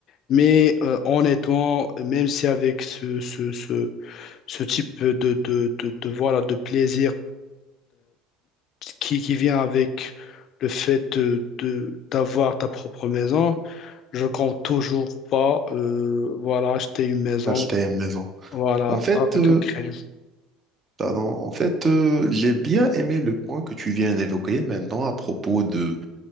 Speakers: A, on the left (about 55°); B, on the right (about 30°).
A: Mais euh, honnêtement, même si avec ce, ce, ce, ce type de, de, de, de, voilà, de plaisir, qui, qui vient avec le fait de, de- d'avoir ta propre maison. Je compte toujours pas euh, voilà, acheter une maison
B: Acheter une maison.
A: voilà,
B: En fait,
A: avec
B: euh,
A: un crédit.
B: pardon, en fait, euh, j'ai bien aimé le point que tu viens d'évoquer maintenant à propos de